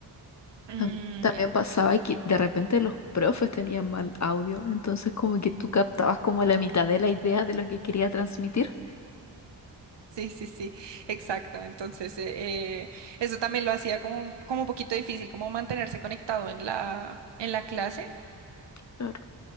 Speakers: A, on the right (about 75°); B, on the left (about 40°).
A: Mm,
B: Tam- También pasaba que de repente los profes tenían mal audio, entonces como que tú captabas como la mitad de la idea de lo que quería transmitir.
A: Sí, sí, sí, exacto. Entonces, eh, eh, eso también lo hacía como, como un poquito difícil, como mantenerse conectado en la, en la clase
B: Claro.